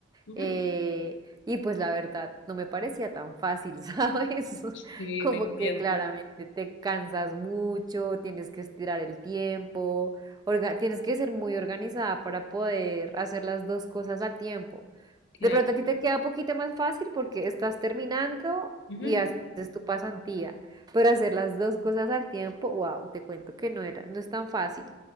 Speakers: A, on the left; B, on the right.
A: ujú.
B: eh, y pues la verdad no me parecía tan fácil, <laughs> ¿sabes?
A: Sí,
B: Como
A: te entiendo.
B: que claramente te cansas mucho, tienes que estirar el tiempo, orga- tienes que ser muy organizada para poder hacer las dos cosas al tiempo.
A: Claro.
B: De pronto a ti te queda un poquito más fácil porque estás terminando
A: Ujú.
B: y haces tu pasantía, pero hacer las dos cosas al tiempo, wow, te cuento que no era, no es tan fácil.